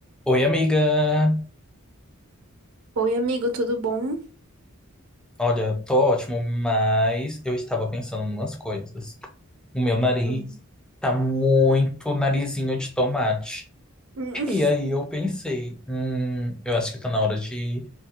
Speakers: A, in the centre; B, on the right (about 75°).
A: Oi, amiga!
B: Oi, amigo, tudo bom?
A: Olha, tô ótimo, mas eu estava pensando em umas coisas. O meu nariz
B: Hum.
A: tá muito narizinho de tomate.
B: Hum.
A: E
B: <laughs>
A: aí eu pensei, hum, eu acho que tá na hora de